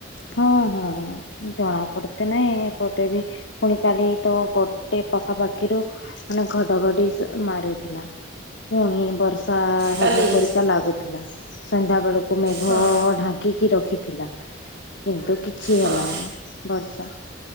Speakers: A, on the left (about 65°); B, on the right (about 50°).
A: ହଁ ହଁ ଜଣା ପଡ଼ତେ ନାହିଁ ଏପଟେ ବି ପୁଣି କାଲି ତ ଗୋଟେ ପାଖାପାଖିରୁ ମାନେ ଘଡଘଡି ସ ମାରୁଥିଲା ପୁଣି ବର୍ଷା
B: କାଲି
A: ହେବା ପରିକା ଲାଗୁଥିଲା ସନ୍ଧ୍ୟାବେଳକୁ ମେଘ
B: ହଁ
A: ଢାଙ୍କି କି ରଖିଥିଲା କିନ୍ତୁ କିଛି ହେଲାନି
B: ହଁ।
A: ବର୍ଷା